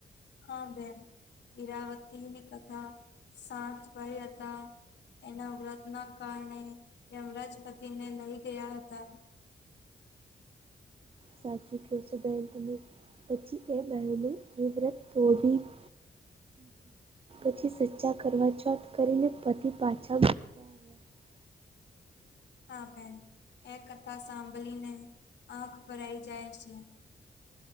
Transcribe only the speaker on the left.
હા બેન ઈરાવતીની કથા સાંત ભાઈ હતા એના વ્રત ના કારણે યમરાજ પતિને લઈ ગયા હતા.
હા બેન એ કથા સાંભળીને આંખ ભરાઈ જાય છે.